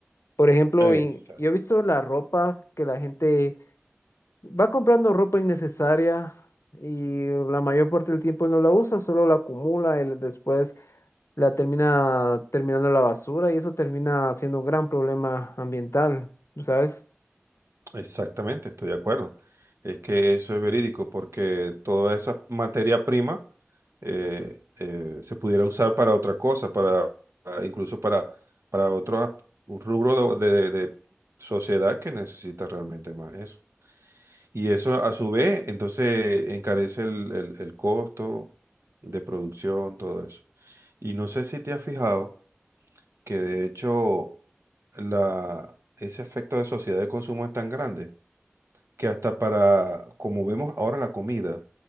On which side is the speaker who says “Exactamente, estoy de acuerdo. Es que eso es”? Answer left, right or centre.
Right